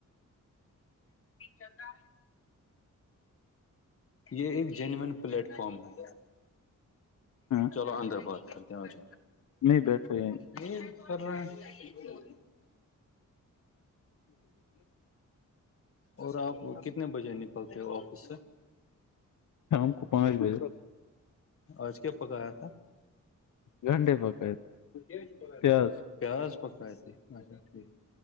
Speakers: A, on the left; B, on the left.
A: چلا یہ ایک جینیین پلیٹ فم میں
B: ہاں
A: چلو اندر بت کرتے آ ج
B: نہیں بیٹھو یہیں
A: یہ س <unintelligible> <inaudible> اور آپ کتنے بجے نکلتے ہو آفس
B: شام کو پانچ بجے
A: آج کیا پکایا تھا
B: گنڈے پکائے
A: ج چ ب د <unintelligible>
B: پیاز
A: <inaudible> پیاز پکائے تھے اچھا ٹھیک